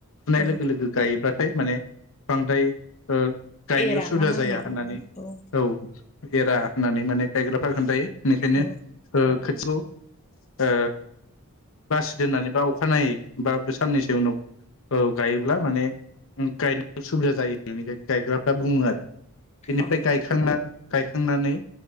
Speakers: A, on the left (about 65°); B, on the left (about 30°).
A: फुनाय
B: औ
A: लोगो लोगो गायोब्लाथाय माने बांद्राय ओ गायनायाव
B: एरा
A: सुदा
B: ना मा
A: जाया
B: होनदों
A: होननानै औ। एरा होननानै माने गायग्राफ्रा खोन्थायो बेनिखायनो
B: औ
A: ओ खोथिखौ ओ बासि दोननानै बा अखानायै बा साननैसो उनाव औ गायोब्ला माने ओ गायनायाव सुबिदा जायो होननानै गायग्राफ्रा बुङो आरो। बेनिफ्राय
B: औ अ
A: गायखांना गायखांनानै